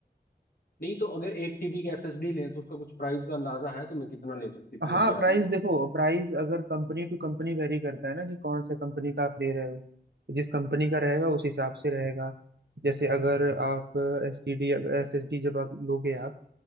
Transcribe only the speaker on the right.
हाँ
प्राइस
देखो प्राइस अगर कंपनी टू कंपनी वेरी करता है ना कि कौन से कंपनी का आप ले रहे हो तो जिस कंपनी का रहेगा उस हिसाब से रहेगा जैसे अगर आप एस टी डी एस एस डी जब आप लोगे आप